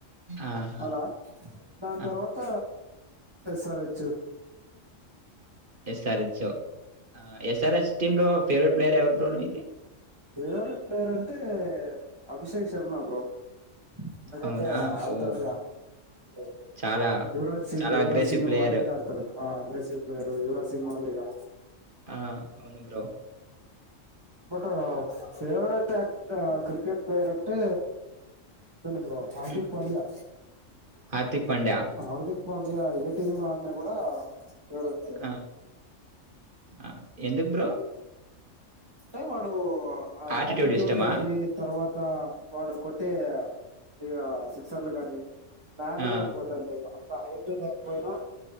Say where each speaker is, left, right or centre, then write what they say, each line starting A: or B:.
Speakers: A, on the right; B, on the right.
A: ఆహా
B: అలా దాని
A: ఆ,
B: తర్వాత స్ ర్ హ్చ్
A: ఎసరిచ్చో ఆ ఎస్ఆర్ఎస్ టీంలో ఫేవరట్ ప్లేయర్ ఎరు బ ఇది
B: ఫేవరెట్ ప్లేయర్ అంటే అభిషేక్ శర్మ బ్రో ఎందుకంటే
A: అవునా
B: ఆడతాడుగా
A: ఓ
B: ఇప్పుడు
A: చాలా
B: యువరాజ్ సింగ్
A: చాలా
B: యువరాజ్
A: అగ్రెసివ్
B: సింగ్
A: ప్లేయర్
B: మాదిరిగా ఆడతాడు అగెసవ్లేరు యువ్రా సింగ్ మాదిరిగా
A: ఆ అవును బ్రో
B: బట్ ఫేవరెట్ యాక్ క్రికెట్ ప్లేయర్ అంటే సని ఇప్పు్ర హార్దిక్
A: ఉమ్.
B: పాండ్యా
A: హార్దిక్ పాండ్యా
B: హార్దిక్ మళయా ఏటీమ్లో ఆనా కూడా చూడుచ్చ
A: ఆ, ఆ ఎందుకు బ్రో
B: అంటే వాడూ ఆ యాటిట్యూడ్
A: ఆటిట్యూడ్ ఇష్టమా
B: గాని తర్వాత కొత్త వాడు కొట్టే ఇ సిక్సర్లు గాని నాటకి
A: ఆ,
B: వెళ్ళిపోతుండి హైట్ లేకపోయినా